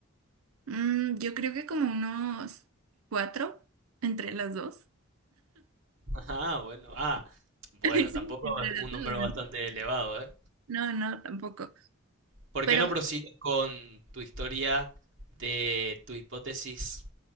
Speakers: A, on the right; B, on the right.
A: Mm, yo creo que como unos cuatro entre las dos.
B: Ah, bueno. Ah, bueno,
A: <laughs> Sí,
B: tampoco
A: entre
B: es
A: las
B: un
A: dos.
B: número
A: entre-
B: bastante elevado, ¿eh?
A: No, no, tampoco.
B: ¿Por
A: Pero,
B: qué no prosigues con tu historia de tu hipótesis